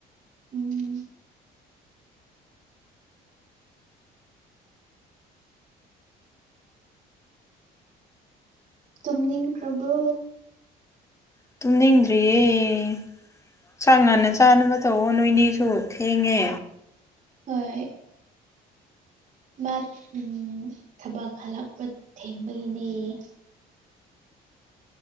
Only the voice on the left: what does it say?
ꯇꯨꯝꯅꯤꯡꯗ꯭ꯔꯤꯌꯦ ꯆꯥꯛ ꯉꯟꯅ ꯆꯥꯅꯕ ꯇꯧꯑꯣ ꯅꯣꯏꯅꯤꯁꯨ ꯊꯦꯡꯉꯦ